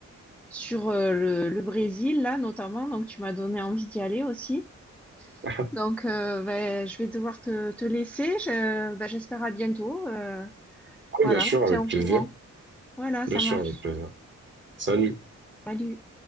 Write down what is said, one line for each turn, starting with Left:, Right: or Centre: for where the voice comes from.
Centre: sur euh, le, le Brésil là notamment, donc tu m'as donné envie d'y aller aussi.
Right: <laughs>
Centre: Donc euh, ben, je vais devoir te, te laisser. Je- ben, j'espère à bientôt. Euh,
Right: Oui,
Centre: voilà,
Right: bien sûr,
Centre: on se
Right: avec
Centre: tient au
Right: plaisir.
Centre: courant. Voilà,
Right: Bien
Centre: ça
Right: sûr,
Centre: marche.
Right: avec plaisir. Salut.
Centre: Salut.